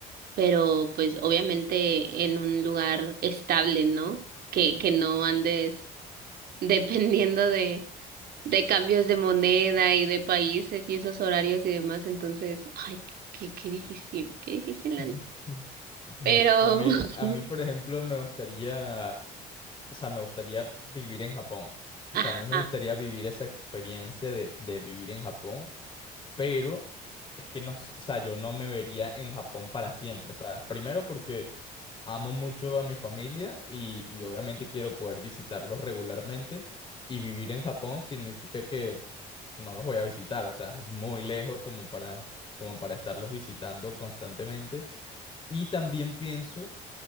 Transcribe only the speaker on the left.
<laughs>
A mí,
a mí, por ejemplo, me gustaría, o sea, me gustaría vivir en Japón. O
sea, a mí me gustaría vivir esa experiencia de, de vivir en Japón, pero es que no, s- o sea, yo no me vería en Japón para siempre, ¿sabes? Primero porque amo mucho a mi familia y, y obviamente quiero poder visitarlos regularmente y vivir en Japón significa que no los voy a visitar, o sea, es muy lejos como para, como para estarlos visitando constantemente. Y también pienso